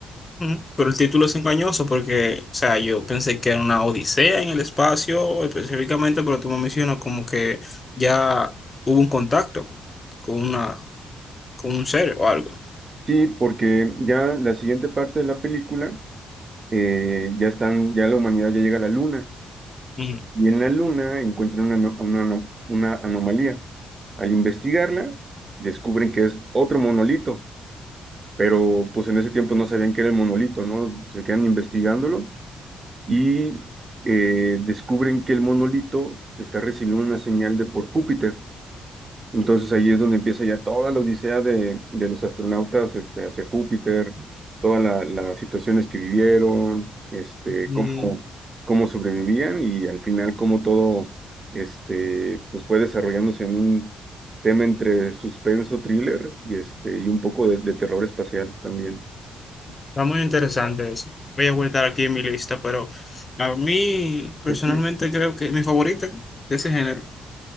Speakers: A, on the left; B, on the right.
A: Ujú. Pero el título es engañoso porque, o sea, yo pensé que era una odisea en el espacio específicamente, pero tú me mencionas como que ya hubo un contacto con una, con un ser o algo.
B: Sí, porque ya la siguiente parte de la película, eh, ya están, ya la humanidad ya llega a la luna.
A: Ujú.
B: y en la Luna encuentran una, ano- una ano- una anomalía. Al investigarla, descubren que es otro monolito, pero pues en ese tiempo no sabían que era el monolito, ¿no? Se quedan investigándolo y eh, descubren que el monolito está recibiendo una señal de por Júpiter. Entonces ahí es donde empieza ya toda la odisea de, de los astronautas este, hacia Júpiter, todas la- las situaciones que vivieron, este,
A: Mm,
B: cómo, cómo sobrevivían y al final cómo todo este, pues fue desarrollándose en un tema entre suspenso, thriller y, este, y un poco de, de terror espacial también.
A: Está muy interesante eso. Voy a guardar aquí en mi lista, pero a mí personalmente
B: Pues, sí.
A: creo que mi favorita de ese género